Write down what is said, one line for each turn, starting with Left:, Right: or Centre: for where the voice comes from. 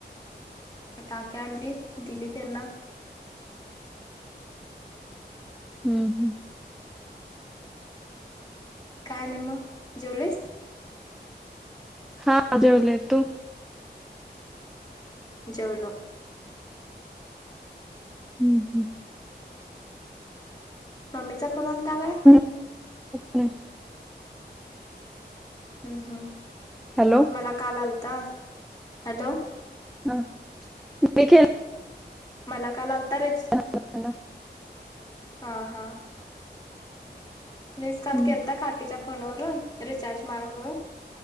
Left: पटाके आणली दिली त्यांना.
Centre: हम्म हम्म.
Left: काय ने म ज्यवलस.
Centre: हाझेवला तो.
Left: जेवलो.
Centre: हम्म हम्.
Left: मम्मीचा फोन आलता काय.
Centre: <unintelligible>
Left: हम हा.
Centre: हॅलो.
Left: मला काल आलता हॅलो.
Centre: हा ब.
Left: मला का लालत रेच
Centre: ना
Left: हा हा. मीज
Centre: हम्म
Left: काल केता काकीच्या फोनवरून रिचार्ज मारून, म्हून